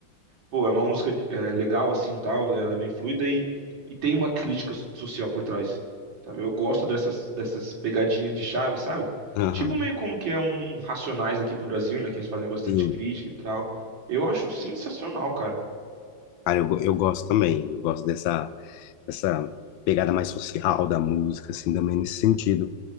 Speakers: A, on the right (about 80°); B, on the left (about 85°).
A: pô, é uma música é, legal assim, tal, ela é bem fluida e, e tem uma crítica social por trás, sabe? Eu gosto dessas dessas pegadinhas de chave, sabe?
B: Aham.
A: Tipo meio como que é um Racionais aqui pro Brasil, né, que eles fazem bastante
B: Sim,
A: crítica e tal. Eu acho sensacional, cara.
B: cara, eu, go- eu gosto também, eu gosto dessa, dessa pegada mais social da música, assim, também nesse sentido.